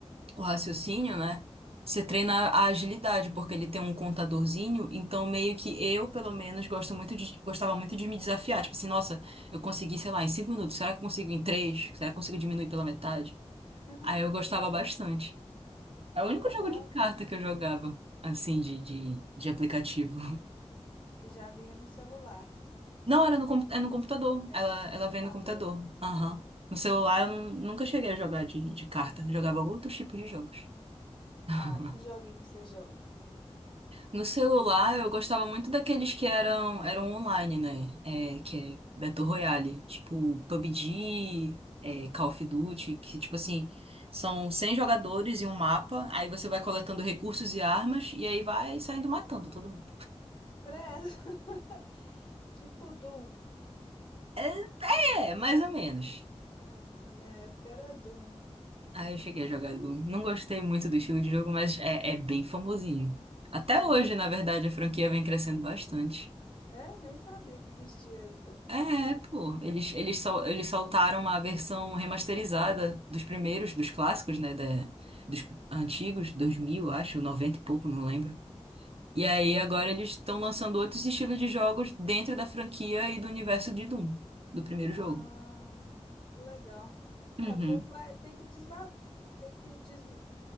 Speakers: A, on the right (about 60°); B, on the left (about 40°).
A: o raciocínio, né? Você treina a agilidade, porque ele tem um contadorzinho, então meio que eu, pelo menos, gosto muito de, gostava muito de me desafiar. Tipo assim, nossa, eu consegui, sei lá, em cinco minutos, será que eu consigo em três? Será que eu consigo diminuir pela metade?
B: <laughs>
A: Aí eu gostava bastante. É o
B: Que
A: único
B: legal.
A: jogo de carta que eu jogava, assim, de, de, de aplicativo.
B: Que já vinha no celular.
A: Não, era no, com- é no computador.
B: É,
A: Ela,
B: no
A: ela
B: computador,
A: vem no computador.
B: é.
A: Aham. No celular eu nun- nunca cheguei a jogar de, de carta. Eu jogava outros tipos de jogos. <laughs>
B: Ah, que joguinho que você joga.
A: No celular, eu gostava muito daqueles que eram, eram online, né? É, que é Battle Royale, tipo PUBG, é, Call of Duty, que tipo assim, são 100 jogadores e um mapa, aí você vai coletando recursos e armas, e aí vai saindo matando todo mundo.
B: Credo. <laughs> Tipo Doom.
A: É, é, mais ou menos.
B: Ah, na minha época era Doom.
A: Aí eu cheguei a jogar,
B: <laughs>
A: Doom. não gostei muito do estilo de jogo, mas é, é bem famosinho. Até
B: É,
A: hoje, na verdade, a franquia vem crescendo bastante.
B: é, nem sabia que existia ainda.
A: É, pô, eles, eles, sol, eles soltaram uma versão remasterizada dos primeiros, dos clássicos, né, da, dos antigos, 2000, acho, 90 e pouco, não lembro. E aí
B: Ah,
A: agora eles estão lançando outros estilos de jogos dentro da franquia e do universo de Doom, do primeiro
B: ah,
A: jogo.
B: que legal.
A: Uhum.
B: É, o povo vai, tem que desva, tem que des,